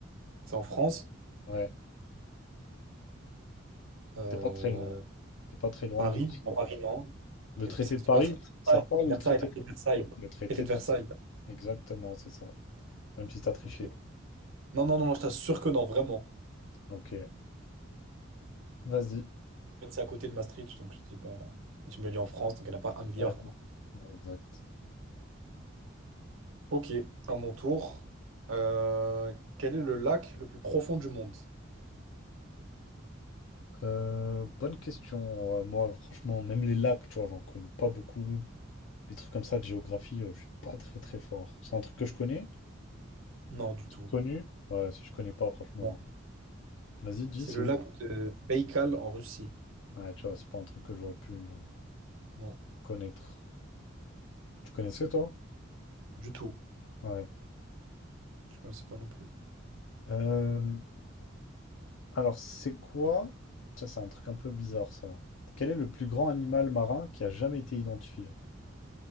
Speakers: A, on the right (about 85°); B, on the left (about 70°).
A: c'est en France.
B: Ouais,
A: Euh,
B: t'es pas très loin. T'es pas très loin
A: Paris.
B: de...
A: Non, Paris, non.
B: Le
A: Traité,
B: traité
A: mais ça existe
B: de Paris,
A: pas. Traité
B: ça te parle,
A: de Versailles.
B: le traité de...
A: Versailles.
B: Le traité
A: Traité de
B: de
A: Versailles.
B: Versailles. Exactement, c'est ça. Même si t'as triché.
A: Ok. Non, non, non, non, je t'assure que non, vraiment.
B: Ok, vas-y.
A: En fait, C'est à côté de Maastricht, donc je dis pas. Et tu me l'as dit en France, donc il n'y en a pas un milliard,
B: Ouais,
A: quoi.
B: ouais, exact.
A: Ok, à mon tour. Euh, quel est le lac le plus profond du monde?
B: Euh, bonne question. Euh, moi, franchement, même les lacs, tu vois, j'en connais pas beaucoup. Les trucs comme ça de géographie, euh, je suis pas très très fort. C'est un truc que je connais?
A: Non, du tout.
B: Connu? Ouais, si je connais pas, franchement,
A: Non.
B: non. Vas-y, dis,
A: C'est
B: c'est
A: le
B: où?
A: lac de Baïkal en Russie.
B: Ouais, tu vois, c'est pas un truc que j'aurais pu euh,
A: Non,
B: connaître. Tu connaissais, toi?
A: du tout.
B: Ouais.
A: Je connaissais pas non plus.
B: Euh, alors, c'est quoi? Tiens, c'est un truc un peu bizarre, ça. Quel est le plus grand animal marin qui a jamais été identifié?